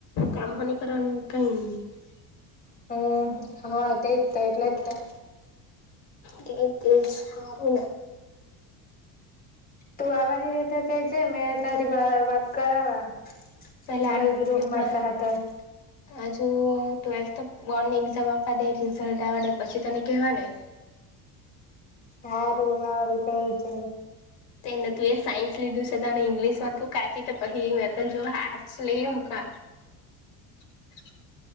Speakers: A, on the left; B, on the left.
A: કામહો નઈ કરવાનું કઈ <unintelligible>
B: હમ હા તેજ તો એટલે જ તો.
A: તે તેજ હારુને
B: તું આવવાની રેતે કેહ જે મેં તારી વાત કરાવા
A: પેલા
B: અમારી ગૃહ
A: આ
B: માતા હાથે
A: <unintelligible> અજુ ટ્વેલ્થ બોર્ડની એક્ઝામ આપવા દે રિઝલ્ટ આવવા દે પછી તને કેવા ને
B: હારું હારું કે જે
A: તો એને તું એ સાયન્સ લીધું છે તો અને ઈંગ્લિશમાં તું કાચી તો કહી મે તો જો આર્ટસ લઈ મકા <unintelligible>